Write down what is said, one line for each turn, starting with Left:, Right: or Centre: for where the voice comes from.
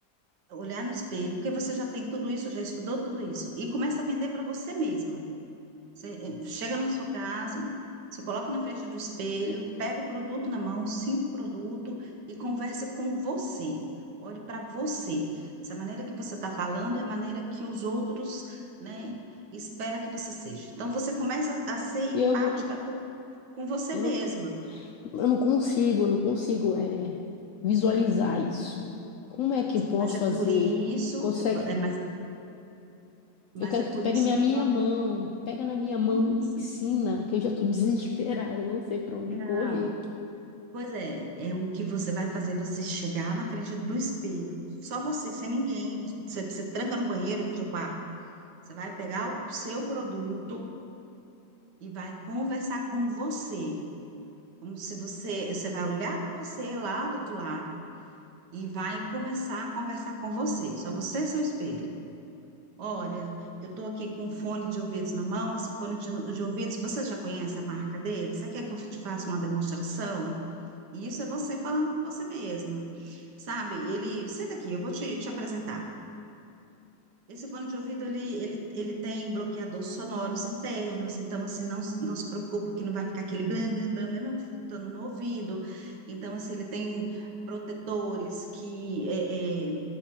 Right: olhar no espelho, porque você já tem tudo isso, já estudou tudo isso, e começa a vender para você mesma. Você eh, chega na sua casa, você coloca na frente do espelho, pega o produto na mão, sinta o produto e conversa com você. Olhe para você. Se a maneira que você está falando é a maneira que os outros, né, espera que você seja. Então você começa a ser empática
Left: E eu vou,
Right: com, com você
Left: eu
Right: mesma.
Left: não, eu não consigo, eu não consigo é, visualizar isso. Como é que eu posso
Right: Mas é
Left: fazer?
Right: por isso,
Left: Consegue
Right: é, pa- é, mas, mas
Left: Eu quero
Right: é
Left: que
Right: por
Left: tu pegue
Right: isso
Left: minha
Right: que
Left: minha
Right: você.
Left: mão, pega na minha
Right: Isso.
Left: mão e me ensina, que eu já tô <laughs> desesperada, eu não sei pra onde
Right: Não.
Left: correr.
Right: Pois é, é o que você vai fazer você chegar na frente do espelho. Só você, sem ninguém. Você, você tranca no banheiro, no seu quarto. Você vai pegar o seu produto e vai conversar com você. Como se você, você vai olhar para você lá do outro lado e vai começar a conversar com você. Só você e seu espelho. Olha, eu estou aqui com um fone de ouvidos na mão. Esse fone de, de ouvidos, você já conhece a marca dele? Você quer que eu te faça uma demonstração? E isso é você falando com você mesma. Sabe, ele, senta aqui, eu vou te, te apresentar. Esse fone de ouvido, ele, ele, ele tem bloqueadores sonoros internos, então, assim, não, se- não se preocupe que não vai ficar aquele blam, blam, blam, mesmo eu botando no ouvido. Então, assim, ele tem protetores que, é, é,